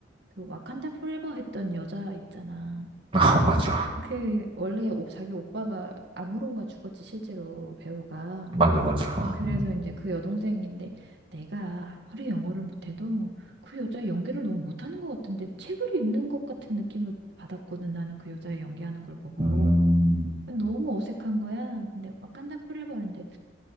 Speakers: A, on the right; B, on the right.
A: 그 와칸다 포레버 했던 여자 있잖아.
B: <laughs> 어, 맞아,
A: 그 원래 오- 자기 오빠가 아무론가 죽었지 실제로 배우가.
B: 맞아, 맞아.
A: 어, 그래서
B: 음,
A: 이제 그 여동생인데 내가 아무리 영어를 못해도 그 여자 연기를 너무 못하는 것 같은데 책을 읽는 것 같은 느낌을 받았거든 나는 그 여자의 연기하는 걸 보고
B: 음,
A: 너무 어색한 거야. 근데 와칸다 포레버인데